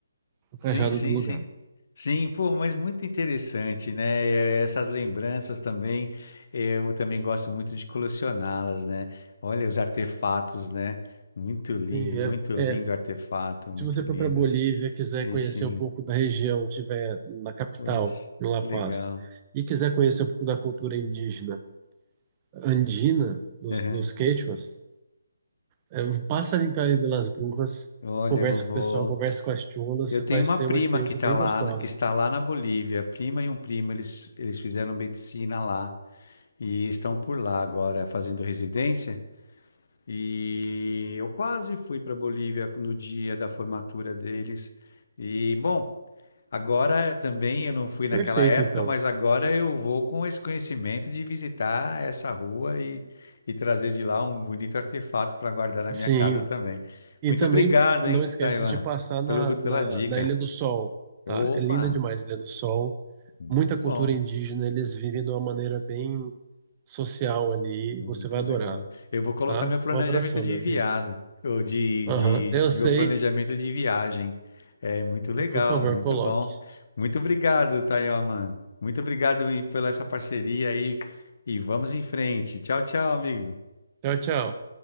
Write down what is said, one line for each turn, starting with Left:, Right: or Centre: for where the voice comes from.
Right: um cajado
Left: Sim, sim,
Right: do lugar.
Left: sim. Sim, pô, mas muito interessante, né? É, Essas lembranças também, é, eu também gosto muito de colecioná-las, né? Olha os artefatos, né? Muito lindo,
Right: Sim,
Left: muito
Right: é,
Left: lindo
Right: é.
Left: artefato, muito
Right: Se você
Left: lindos.
Right: for para Bolívia, quiser
Left: E
Right: conhecer
Left: sim,
Right: um pouco da região, tiver na capital,
Left: poxa,
Right: em La
Left: que
Right: Paz,
Left: legal.
Right: e quiser conhecer um pouco da cultura indígena andina dos,
Left: Aham.
Right: dos quechuas, é, passa ali em Cayo de las Brujas,
Left: Olha,
Right: conversa
Left: eu vou.
Right: com o pessoal, conversa com as cholas,
Left: Eu
Right: vai
Left: tenho uma
Right: ser
Left: prima
Right: uma experiência
Left: que tá
Right: bem
Left: lá,
Right: gostosa.
Left: que está lá na Bolívia. Prima e um primo, eles, eles fizeram medicina lá e estão por lá agora fazendo residência. E eu quase fui para Bolívia no dia da formatura deles. E bom, agora também eu não fui naquela
Right: Perfeito,
Left: época,
Right: então.
Left: mas agora eu vou com esse conhecimento de visitar essa rua e, e trazer de lá um bonito artefato para guardar na
Right: Sim.
Left: minha casa também.
Right: E
Left: Muito
Right: também
Left: obrigado,
Right: não
Left: hein,
Right: esquece
Left: Taiwan,
Right: de passar na,
Left: pelo, pela
Right: na,
Left: dica.
Right: na Ilha do Sol,
Left: Opa,
Right: tá? É linda demais a Ilha do Sol.
Left: muito
Right: Muita
Left: bom,
Right: cultura indígena, eles vivem de uma maneira bem social ali.
Left: muito
Right: Você vai adorar,
Left: legal. Eu vou colocar
Right: tá?
Left: no meu planejamento
Right: Um abração,
Left: de
Right: meu amigo.
Left: viado, ou de,
Right: Aham,
Left: de
Right: eu
Left: meu
Right: sei.
Left: planejamento de viagem. É muito legal,
Right: Por favor,
Left: muito
Right: coloque.
Left: bom. Muito obrigado, Tayo, mano. Muito obrigado e- pela essa parceria aí e vamos em frente. Tchau, tchau, amigo.
Right: Tchau, tchau.